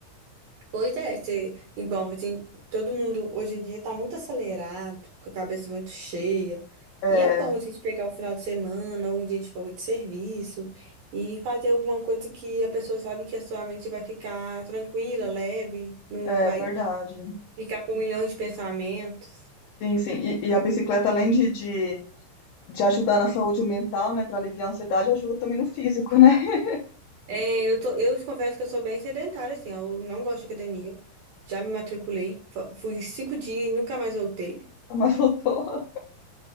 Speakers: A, on the right (about 60°); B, on the left (about 75°).
A: Pois é, você, igual, assim, todo mundo hoje em dia tá muito acelerado, com a cabeça muito cheia.
B: É.
A: E é bom a gente pegar o final de semana ou um dia de folga de serviço e fazer alguma coisa que a pessoa sabe que a sua mente vai ficar tranquila, leve, não
B: É
A: vai
B: verdade.
A: ficar com milhões de pensamentos.
B: Sim, sim. E, e a bicicleta, além de, de, de ajudar na saúde mental, né, para aliviar a ansiedade, ajuda também no físico, né? <laughs>
A: É, eu tô, eu te confesso que eu sou bem sedentária, assim, ó, eu não gosto de academia. Já me matriculei, fa- fui cinco dias e nunca mais voltei.
B: Como ela faltou.